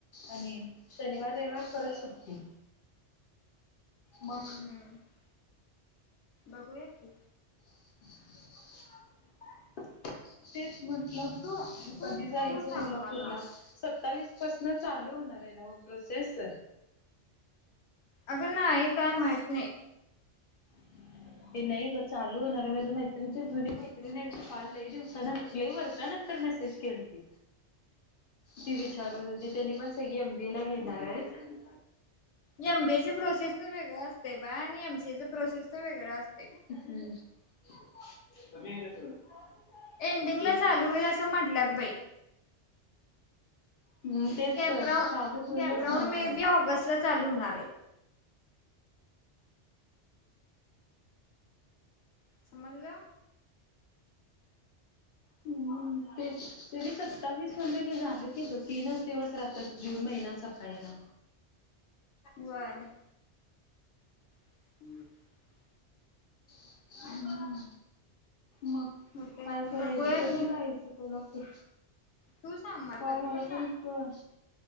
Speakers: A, on the left; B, on the left.
A: आणि शनिवार रविवार परत सुटी मग
B: हम्म हम्म बघूया की.
A: <unintelligible> तेच म्हटलं
B: तू तू
A: कधी
B: तू
A: जायचं
B: सांग
A: कोल्हापूरला
B: मला
A: सत्तावीस पासन चालू होणार आहे ना व प्रोसेस.
B: अगं नाही काय माहित नाही.
A: <unintelligible> हे नाही ग चालू होणार आहे माझे मैत्री जुरी मैत्री नाही काल लई दिवसा नंतर लई वर्षा नंतर मेसेज केलती. ती विचारून होती त्यांनी पण सगळी एम बी ए ला घेणार आहेत
B: एम बी ए चे प्रोसेस तर वेगळा असते बा आणि एमसीचा प्रोसेस तर वेगळा असते.
A: हम्म <unintelligible>
B: एंडिंग
A: उलटी
B: ला चालू होईल असं म्हंटलंत बाई
A: हम्म तेच
B: कपरा
A: तर चालू होईलच
B: कपराऊन
A: म्हणालं.
B: मे बी ऑगस्ट ला चालू होणार आहेत. समजल.
A: हम्म ते तरी सत्तावीस म्हणलं क झालं कि ग तीनच दिवस राहतात जून महिन सपायला.
B: बर. <unintelligible>
A: <inaudible> हम्म मग,
B: होते
A: काय करायचं?
B: बघूया
A: कधी
B: की
A: जायचं? कोल्हापूर
B: तू सांग
A: काय,
B: कधी
A: मला
B: चालेल.
A: पण कळ